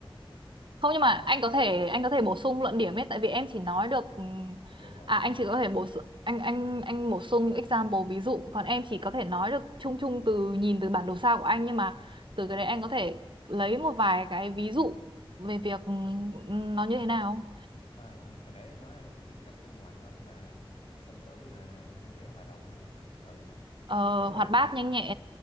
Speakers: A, on the right (about 60°); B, on the left (about 90°).
A: Không nhưng mà anh có thể anh có thể bổ sung luận điểm ấy tại vì em chỉ nói được ừm,
B: bề nổi
A: à
B: à
A: anh chỉ có thể bổ su- anh anh anh bổ sung example ví dụ còn em chỉ có thể nói được chung chung từ nhìn từ bản đồ sao của anh nhưng mà từ cái đấy anh có thể lấy một vài cái ví dụ về việc ừm,
B: Ờ,
A: nó như thế nào
B: mà hồi nãy em nói anh tính cách bên ngoài của anh là song tử là vui vẻ hòa đồng đúng không ừ
A: ờ,
B: ấy là
A: hoạt bát
B: kiểu
A: nhanh nhẹn